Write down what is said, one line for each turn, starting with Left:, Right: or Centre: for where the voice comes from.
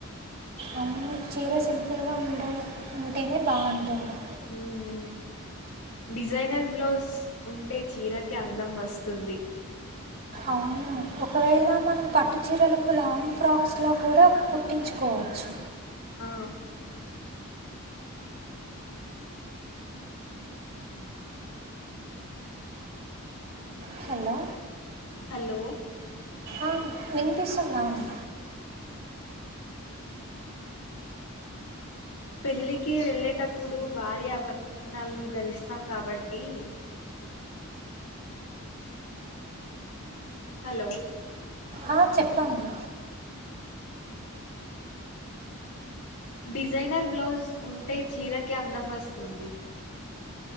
Right: అవును చీర సింపుల్గా ఉండే ఉంటేనే బాగుంటుంది
Left: మ్మ్ డిజైనర్ బ్లౌజ్ ఉంటే చీరకే అందం వస్తుంది.
Right: అవును ఒకవేళ మనం పట్టు చీరలకు లాంగ్ ఫ్రాక్స్ లా కూడా పట్టించుకోవచ్చు
Left: ఆ
Right: స్థాందా
Left: హలో
Right: ఆ విన్పిస్తుందా అని
Left: పెళ్ళికి వెళ్ళేటప్పుడు భారీ అవరణలు ధరిస్తాం కాబట్టి. హలో
Right: ఆ చెప్పండి
Left: డిజైనర్ బ్లౌజ్ ఉంటే చీరకి అందం వస్తుంది